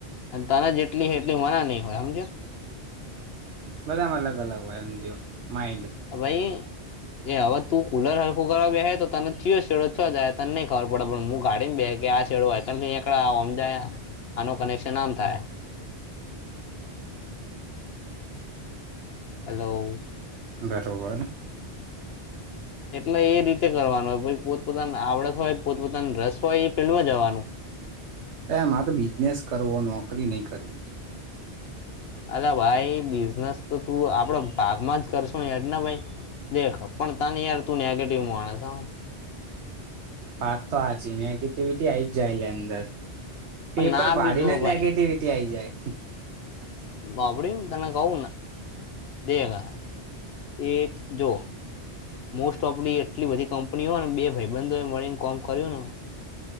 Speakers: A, on the left; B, on the right.
A: તને જેટલી એટલી મને નહી હોય સમજ
B: બધામાં અલગ અલગ હોય એમ જો માઇન્ડ.
A: ભાઈ એ હવે તું કુલર હરખું કરવા બે્હે તો તને ચિયો શેડો- જાય તને નહી ખબર પડે પણ હું ગાડીને બે કે આ છેેડો હોય ત ત એકકડામજાય આનું કનેક્શન આમ થાય. હલો
B: બરોબર
A: એટલે એ રીતે કરવાનું હોય ભ પોતપોતાની આવડત હોય પોતપોતાના રસ હોય એ ફિલ્ડમાં જવાનું
B: એમાં તો બિઝનેસ કરવું હો નોકરી નહી કરવીી
A: અલા ભાઈ બિઝનેસ તો તું આપડ ભાગમાં જ કરશુ ને હેજના ભાઈ દેખ પણ ત ન યાર તુંને આ કે ટીમું આના
B: વાત તો હ જ નેગેટિવિટી આઈ જ જાય લ અંદર
A: પણ
B: પેપર
A: ના
B: ભાડીને
A: બી જો
B: જ
A: ભાઈ
B: નેગેટિવિટી આઈ જાય
A: બાપડી તને કહું દેગા એક જો મોસ્ટ ઓફલી એટલી બધી કંપની હોય ને બે ભાઈબંધોને મળીને કોમ કર્યું ને